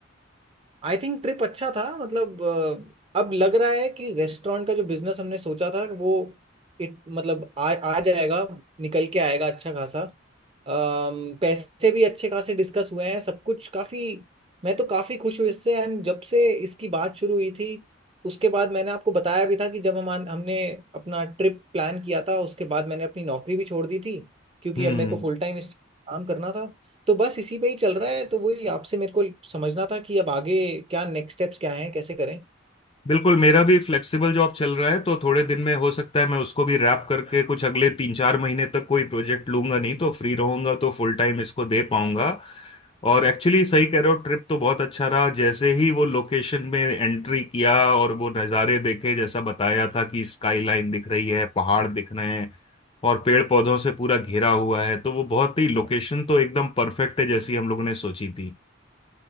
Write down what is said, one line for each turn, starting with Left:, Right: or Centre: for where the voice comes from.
Right: आई थिंक ट्रिप अच्छा था मतलब अ, अब लग रहा है कि रेस्टोरेंट का जो बिजनेस हमने सोचा था वो it, मतलब आ, आ जाएगा निकल के आएगा अच्छा खासा अम, पैसे भी अच्छे खासे डिस्कस हुए हैं सब कुछ काफी मैं तो काफी खुश हूँ इससे एंड जब से इसकी बात शुरू हुई थी उसके बाद मैंने आपको बताया भी था कि जब हम हमने अपना ट्रिप प्लान किया था उसके बाद मैंने अपनी नौकरी भी छोड़ दी थी क्योंकि
Left: हम्म।
Right: अब मेरे को फुल टाइम इस काम करना था तो बस इसी पे ही चल रहा है तो वही आपसे मेरे को समझना था कि अब आगे क्या नेक्स्ट स्टेप्स क्या हैं कैसे करें
Left: बिल्कुल मेरा भी फ्लेक्सिबल जॉब चल रहा है तो थोड़े दिन में हो सकता है मैं उसको भी रैप करके कुछ अगले तीन चार महीने तक कोई प्रोजेक्ट लूंगा नहीं तो फ्री रहूंगा तो फुल टाइम इसको दे पाऊंगा और एक्चुअली सही कह रहे हो ट्रिप तो बहुत अच्छा रहा जैसे ही वो लोकेशन में एंट्री किया और वो नज़ारे देखे जैसा बताया था कि स्काई लाइन दिख रही है पहाड़ दिख रहे हैं और पेड़ पौधों से पूरा घिरा हुआ है तो वो बहुत ही लोकेशन तो एकदम परफेक्ट है जैसी हम लोगों ने सोची थी